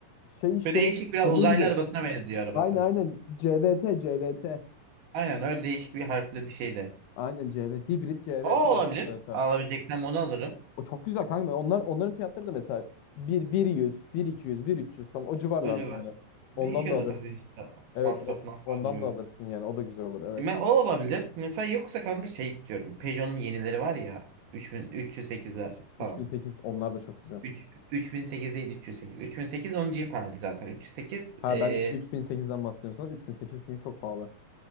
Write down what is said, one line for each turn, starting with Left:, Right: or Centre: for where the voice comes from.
Left: şey işte
Right: Böyle değişik biraz
Left: dediğin
Right: uzaylı
Left: gibi.
Right: arabasına benziyor arabası.
Left: Aynen aynen CVT CVT.
Right: Aynen öyle değişik bir harfli bir şey de.
Left: Aynen CVT. Hibrit CVT
Right: O olabilir.
Left: işte. Evet,
Right: Alabileceksen onu alırım.
Left: O çok güzel kanka. Onlar, onların fiyatları da mesela bir bir yüz bir iki yüz bir üç yüz falan o civarlarda
Right: O civar.
Left: yani. Ondan
Right: Değişiyor
Left: da alır.
Right: da tabii işte
Left: Evet
Right: masrafın
Left: o,
Right: hasarına
Left: ondan
Right: göre.
Left: da alırsın yani. O da güzel olur. Evet.
Right: Ben, o olabilir. Mesela yoksa kanka şey istiyorum. Peugeot'un yenileri var ya. Üç üç bin üç yüz sekizler falan.
Left: Üç bin sekiz onlar da çok güzel.
Right: 3, 3008 değil üç yüz sekiz. üç bin sekiz onun Jeep hali zaten. 308
Left: Ha
Right: eee,
Left: ben 3008'den üç bin sekiz çünkü çok pahalı.